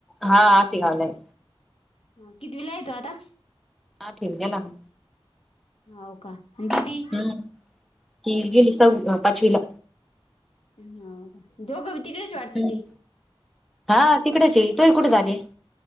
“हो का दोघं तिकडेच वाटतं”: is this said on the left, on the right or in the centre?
Left